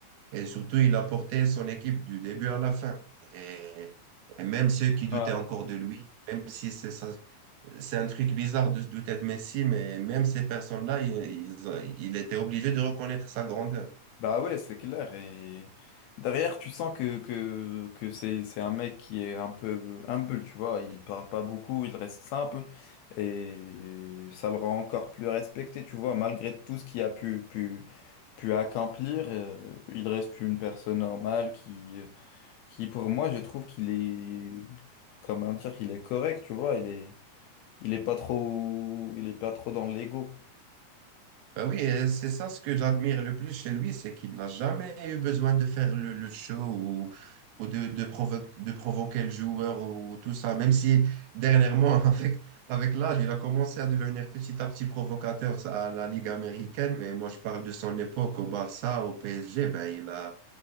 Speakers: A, on the right; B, on the left.
A: Et surtout, il a porté son équipe du début à la fin. Et, et même ceux qui doutaient
B: <laughs> ouais.
A: encore de lui, même si c'est sa c'est un truc bizarre de se douter de Messi, mais même ces personnes-là, ils, ils- il était obligé de reconnaître sa grandeur.
B: Bah ouais, c'est clair. Et derrière, tu sens que, que, que c'est, c'est un mec qui est un peu humble, tu vois. Il parle pas beaucoup, il reste simple. Et ça le rend encore plus respecté, tu vois. Malgré tout ce qu'il a pu, pu, pu accomplir, euh, il reste une personne normale qui, qui pour moi, je trouve qu'il est, comment dire, qu'il est correct, tu vois. Il est, il est pas trop, il est pas trop dans l'ego.
A: Bah oui, et c'est ça ce que j'admire le plus chez lui, c'est qu'il n'a jamais eu besoin de faire le, le show ou, ou de, de, provo- de provoquer le joueur ou tout ça. Même si dernièrement, <laughs> avec, avec l'âge, il a commencé à devenir petit à petit provocateur à la Ligue américaine, mais moi je parle de son époque au Barça, au PSG, ben il a